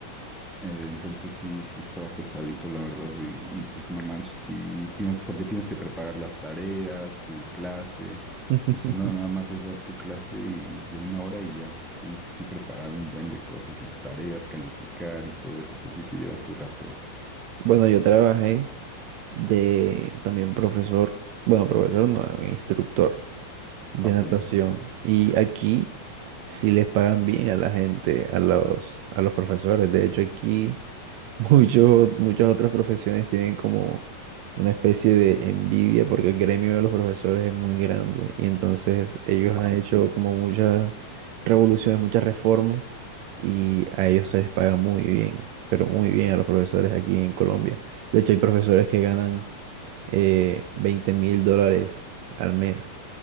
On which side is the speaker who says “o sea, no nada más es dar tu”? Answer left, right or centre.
Centre